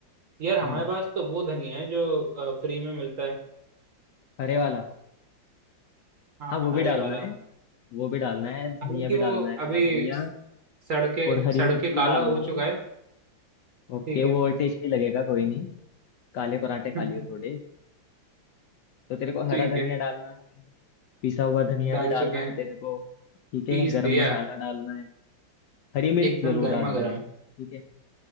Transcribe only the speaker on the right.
यार हमारे
पास तो वो धनिया है जो फ्री में मिलता है
हाँ
हरे
वाला
हालांकि
वो
अभी
सड़ के
सड़
के
काला
हो
चुका है
ठीक है
<laughs>
ठीक
है
डाल
चुके हैं
पीस
दिया
एकदम
गर्मा
गर्म